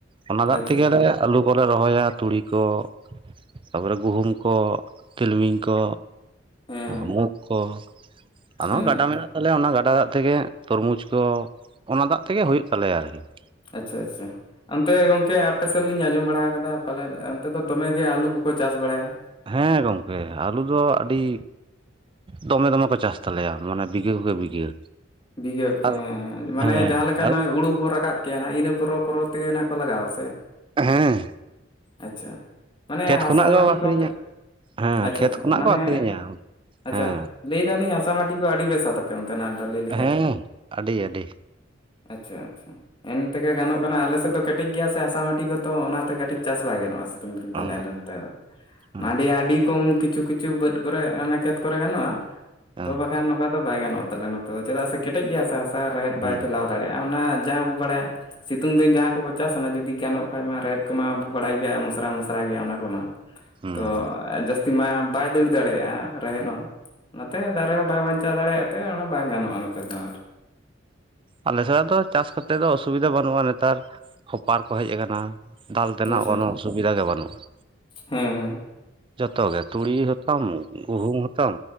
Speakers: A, on the right; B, on the left.
A: ᱚᱱᱟ ᱫᱟᱜ
B: ᱟᱪᱪᱷᱟ
A: ᱛᱮᱜᱮᱞᱮ᱾
B: ᱟᱪᱪᱷᱟ
A: ᱟᱹᱞᱩ ᱠᱚᱞᱮ ᱨᱚᱦᱚᱭᱟ, ᱛᱩᱲᱤ ᱠᱚ, ᱛᱟᱯᱚᱨᱮ ᱜᱩᱦᱩᱢ ᱠᱚ᱾ ᱛᱤᱞᱢᱤᱧ ᱠᱚ,
B: ᱦᱮᱸ ᱦᱮᱸ
A: ᱢᱩᱜᱽ ᱠᱚ᱾ ᱟᱫᱚᱸ
B: ᱦᱮᱸ
A: ᱜᱟᱰᱟ ᱢᱮᱱᱟᱜ ᱛᱟᱞᱮᱭᱟ ᱚᱱᱟ ᱜᱟᱰᱟ ᱫᱟᱜ ᱛᱮᱜᱮ ᱛᱚᱨᱢᱩᱡᱽ ᱠᱚ, ᱚᱱᱟ ᱫᱟᱜ ᱛᱮᱜᱮ ᱦᱩᱭᱩᱜ ᱛᱟᱞᱮᱭᱟ ᱟᱹᱨᱠᱤ ᱾
B: ᱟᱪᱪᱷᱟ ᱟᱪᱪᱷᱟ᱾ ᱚᱱᱛᱮ ᱜᱚᱝᱠᱮ ᱟᱯᱮᱥᱮᱫ ᱞᱤᱧ ᱟᱸᱡᱚᱢ ᱵᱟᱲᱟ ᱟᱠᱟᱫᱟ ᱯᱟᱞᱮᱫ ᱚᱱᱛᱮ ᱫᱚ ᱫᱚᱢᱮ ᱜᱮ ᱟᱞᱩ ᱠᱚᱠᱚ ᱪᱟᱥ ᱵᱟᱲᱟᱭᱟ᱾
A: ᱦᱮᱸ ᱜᱚᱢᱠᱮ ᱟᱞᱩ ᱫᱚ ᱟᱹᱰᱤ᱾ ᱫᱚᱢᱮ ᱫᱚᱢᱮ ᱠᱚ ᱪᱟᱥ ᱛᱟᱞᱮᱭᱟ, ᱢᱟᱱᱮ ᱵᱤᱜᱷᱟᱹ ᱦᱳᱭ ᱠᱷᱚᱡ ᱵᱤᱜᱷᱟᱹ᱾
B: ᱵᱤᱜᱷᱟᱹᱯ
A: ᱟᱨ
B: ᱢᱟᱱᱮ
A: ᱦᱮᱸ
B: ᱡᱟᱦᱟᱸ ᱞᱮᱠᱟ
A: ᱟᱨ
B: ᱱᱚᱜ-ᱚᱭ ᱦᱩᱲᱩ ᱵᱚ ᱨᱟᱠᱟᱵᱽ᱾ ᱪᱮᱱᱟᱜ ᱤᱱᱟᱹ ᱯᱚᱨᱚᱵ ᱯᱚᱨᱚᱵ ᱛᱮᱜᱮ ᱱᱟᱜ ᱠᱚ ᱞᱟᱜᱟᱣᱟ ᱥᱮ
A: ᱦᱮᱸ ᱾
B: ᱟᱪᱪᱷᱟ ᱢᱟᱱᱮ ᱦᱟᱥᱟ
A: ᱠᱷᱚᱱᱟᱜ ᱜᱮᱠᱚ
B: ᱢᱟᱹᱴᱤ
A: ᱟᱠᱷᱨᱤᱧᱟ
B: ᱠᱚ ᱚᱱᱛᱮ
A: ᱦᱮᱸ
B: ᱟᱪᱪᱷᱟ
A: ᱠᱷᱮᱛ
B: ᱟᱪᱪᱷᱟ
A: ᱠᱷᱚᱱᱟᱜ
B: ᱢᱟᱱᱮ
A: ᱠᱚ ᱟᱠᱷᱨᱤᱧᱟ
B: ᱟᱪᱪᱷᱟ
A: ᱦᱮᱸ
B: ᱞᱟᱹᱭᱮ ᱫᱟᱞᱤᱧ ᱦᱟᱥᱟ ᱢᱟᱹᱴᱤ ᱠᱚ ᱟᱹᱰᱤ ᱵᱮᱥᱟ ᱛᱟᱯᱮ ᱚᱱᱛᱮ ᱱᱟᱜ ᱫᱚ ᱞᱟᱹᱭ ᱞᱮᱠᱷᱟᱱ
A: ᱦᱩᱸ ᱟᱹᱰᱤ ᱟᱹᱰᱤ
B: ᱟᱪᱪᱷᱟ ᱟᱪᱪᱷᱟ ᱾ ᱮᱱᱛᱮᱜᱮ ᱜᱟᱱᱚᱜ ᱠᱟᱱᱟ ᱟᱞᱮ ᱥᱮᱫ ᱫᱚ ᱠᱮᱴᱮᱡ ᱜᱮᱭᱟ ᱥᱮ ᱦᱟᱥᱟ ᱢᱟᱹᱴᱤ ᱠᱚᱫᱚ ᱚᱱᱟᱛᱮ ᱠᱟᱹᱴᱤᱡ ᱪᱟᱥ ᱵᱟᱭ ᱜᱟᱱᱚᱜ-ᱟ ᱥᱮ᱾ <inaudible> ᱟᱞᱮ
A: ᱚ
B: ᱱᱚᱱᱛᱮ ᱫᱚ
A: ᱦᱮᱸ
B: ᱟᱹᱰᱤ ᱟᱹᱰᱤ ᱠᱚᱢ ᱠᱤᱪᱷᱩ ᱠᱤᱪᱷᱩ ᱵᱟᱹᱫ ᱠᱚᱨᱮ ᱚᱱᱮ ᱠᱷᱮᱛ ᱠᱚᱨᱮ ᱜᱟᱱᱚᱜ-ᱟ ᱾
A: ᱦᱮᱸ
B: ᱛᱚ ᱵᱟᱠᱷᱟᱱ ᱱᱚᱝᱠᱟ ᱫᱚ ᱵᱟᱭ ᱜᱟᱱᱚᱜ ᱛᱟᱞᱮᱭᱟ ᱱᱚᱛᱮ ᱫᱚ ᱪᱮᱫᱟᱜ ᱥᱮ ᱠᱮᱴᱮᱡ ᱜᱮᱭᱟ ᱦᱟᱥᱟ ᱦᱟᱥᱟ ᱨᱮᱦᱮᱫ ᱵᱟᱭ
A: ᱦᱩᱸ
B: ᱯᱷᱮᱞᱟᱣ ᱫᱟᱲᱮᱭᱟᱜ-ᱟ ᱚᱱᱟ ᱡᱟᱦᱟᱸ ᱵᱚ ᱵᱟᱲᱟᱭᱟ ᱥᱤᱛᱩᱝ ᱫᱤᱱ ᱡᱟᱦᱟᱸ ᱠᱚᱵᱚ ᱪᱟᱥ ᱟᱱᱟ ᱡᱩᱫᱤ ᱜᱟᱱᱚᱜ ᱠᱷᱟᱱᱡ ᱢᱟ ᱨᱮᱦᱮᱫ ᱠᱚᱢᱟ ᱵᱟᱲᱟᱭ ᱜᱮᱭᱟ ᱢᱚᱥᱨᱟ ᱢᱚᱥᱨᱟᱟᱭ ᱜᱮᱭᱟ ᱚᱱᱟ ᱠᱚᱢᱟ᱾
A: ᱦᱩᱸ
B: ᱛᱚ ᱡᱟᱥ ᱛᱤ ᱢᱟᱭ ᱵᱟᱭ ᱫᱟᱹᱲ ᱫᱟᱲᱮᱭᱟᱜᱼᱟ ᱨᱮᱦᱮᱫ ᱦᱚᱸ ᱚᱱᱟᱛᱮ ᱫᱟᱨᱮ ᱦᱚᱸ ᱵᱟᱭ ᱵᱟᱧᱪᱟᱣ ᱫᱟᱲᱮᱭᱟᱜ ᱛᱮ ᱚᱱᱟ ᱵᱟᱝ ᱜᱟᱱᱚᱜᱼᱟ᱾ ᱦᱚᱸ-ᱚ ᱱᱚᱛᱮ ᱫᱚ ᱟᱨ
A: ᱟᱞᱮ ᱥᱮᱫ ᱫᱚ ᱪᱟᱥ ᱠᱟᱛᱮᱫ ᱫᱚ ᱚᱥᱩᱵᱤᱫᱷᱟ ᱵᱟᱹᱱᱩᱜᱼᱟ ᱱᱮᱛᱟᱨ ᱦᱚᱯᱟᱨ ᱠᱚ ᱦᱮᱡ ᱟᱠᱟᱱᱟ᱾ ᱫᱟᱞ ᱛᱮᱱᱟᱜ
B: ᱟᱪᱪᱷᱟ
A: ᱠᱳᱱᱳ ᱚᱥᱩᱵᱤᱫᱷᱟ ᱜᱮ ᱵᱟᱹᱱᱩᱜ-ᱟ᱾
B: ᱦᱮᱸ ᱦᱮᱸ
A: ᱡᱚᱛᱚ ᱜᱮ ᱛᱩᱲᱤ ᱦᱚᱸᱛᱟᱢ ᱜᱩᱦᱩᱢ ᱦᱚᱸᱛᱟᱢ